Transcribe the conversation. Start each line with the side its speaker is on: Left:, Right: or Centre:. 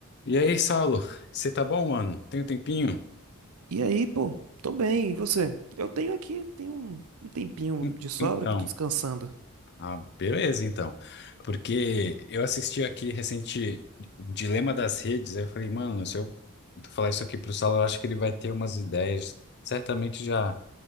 Left: E aí, Saulo, você tá bom, mano? Tem um tempinho?
Right: E aí, pô, tô bem, e você? Eu tenho aqui, tenho um, um tempinho
Left: Hum,
Right: de sobra
Left: Então,
Right: que eu tô descansando.
Left: ah, beleza, então. Porque eu assisti aqui recente um Dilema das Redes, aí eu falei, mano, se eu falar isso aqui pro Saulo, eu acho que ele vai ter umas ideias. Certamente já